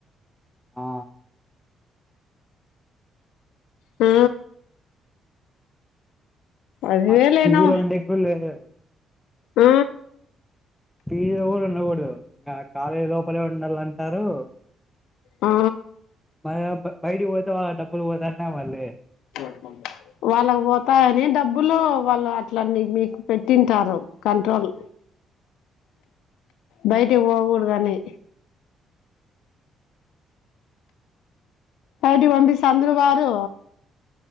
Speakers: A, in the centre; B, on the left.
A: ఆ
B: ఆ పదివేలేనో
A: అట్ పిజీలో ఉండేక్ లేదు.
B: ఆ
A: పి జి లో కూడా ఉండకూడదు ఆ కాలేజీ లోపలే ఉండాలంటారు
B: ఆ
A: మల్ బయతికి పోతే డబ్బులు ఓతాన్న మళ్ళీ
B: ఓహో వాళ్ళకు పోతాయని డబ్బులు వాళ్ళు అట్లన్న మీకు పెట్టింటారు కంట్రోల్ బయటికి పోకుడదని బయటికి పంపిస్తే అందరు పోరు